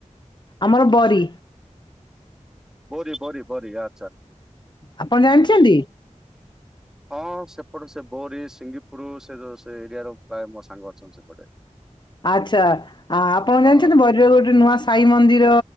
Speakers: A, on the left; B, in the centre.
A: ଆମର ବରି।
B: ବରି ବରି ବରି ଆ
A: ଆପଣ ଜାଣିଚନ୍ତି?
B: ହଁ ସେପଟେ ସେ ବୋରୀ, ସିଙ୍ଗିପୁରୁ ସେ ଯୋଉ ସେ ଏରିଆ ର ପ୍ରାୟ ମୋ ସାଙ୍ଗ ଅଛନ୍ତି ସେପଟେ।
A: ଆଚ୍ଛା। ଆ ଆପଣ
B: ହଁ
A: ଜାଣିଛନ୍ତି ବରିରେ ଗୋଟେ ନୂଆ ସାଇ ମନ୍ଦିର